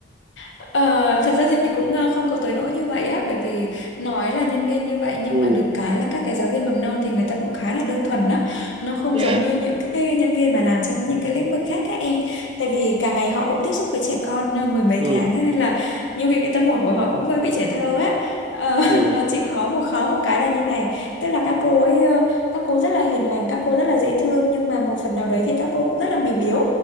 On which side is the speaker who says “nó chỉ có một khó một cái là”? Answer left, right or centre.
Left